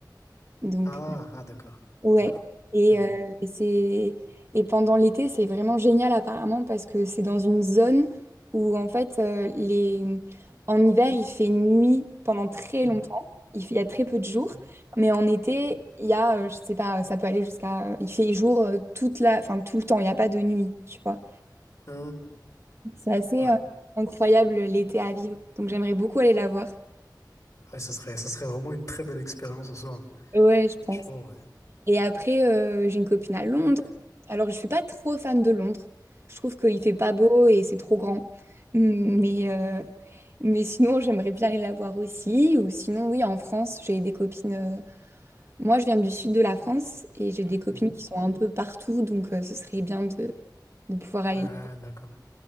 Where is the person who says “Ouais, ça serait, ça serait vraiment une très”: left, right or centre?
Left